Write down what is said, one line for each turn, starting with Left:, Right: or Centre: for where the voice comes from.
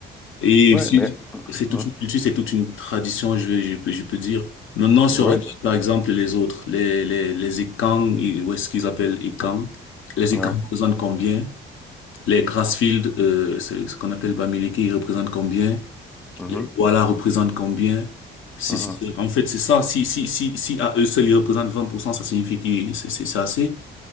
Left: Et
Centre: Ouais,
Left: si-
Centre: mais, hum,
Left: c'est toute
Centre: hum.
Left: une culture, c'est toute une tradition, je vais, je peux, je peux dire. Maintenant,
Centre: ouais,
Left: si on regarde, par exemple, les autres, les, les, les Ekang, et- ou est-ce qu'ils appellent Ekang? Les
Centre: ouais,
Left: Ekang représentent combien? Les Grassfield, euh, c'est ce qu'on appelle Bamileke, ils représentent combien?
Centre: mhm,
Left: Les Douala représentent combien? C'est,
Centre: mhm.
Left: c'est- c'est- en fait, c'est ça. Si, si, si, si à eux seuls, ils représentent vingt pour cent ça signifie que c'est, c'est c'est assez.